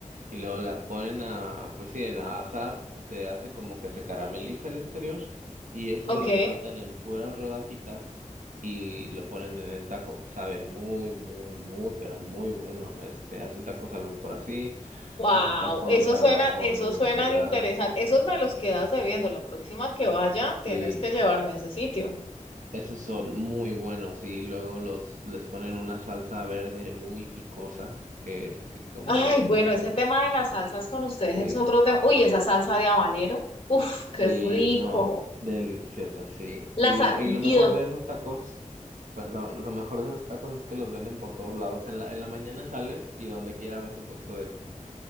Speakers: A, on the right; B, on the left.
A: y luego la ponen a, pues sí, en a asar, se hace como que se carameliza el exterior y eso
B: ok.
A: lo cortan en puras rodajitas. Y lo ponen en el taco. Sabe muy, muy, muy, pero muy bueno. Este, hacen tacos al vapor así.
B: Wow,
A: Hacen tacos
B: eso
A: al
B: suena,
A: vapor
B: eso
A: de deshebrada.
B: suena interesante. Esos me los quedas debiendo. La próxima que vaya, tienes
A: Sí,
B: que llevarme a ese sitio.
A: esos son muy buenos y luego los les ponen una salsa verde muy picosa, que es así como
B: Ay,
A: de,
B: bueno,
A: creo
B: ese
A: que
B: tema de las salsas con ustedes
A: sí,
B: es otro tema. Uy, esa salsa de habanero. Uf, qué
A: sí,
B: rico.
A: no, deliciosa, sí.
B: La
A: Y
B: sal,
A: lo y lo
B: y
A: mejor
B: dónde,
A: de esos tacos, perdón, lo mejor de esos tacos es que los venden por todos lados. En la en la mañana sales y donde quiera ves un puesto de eso.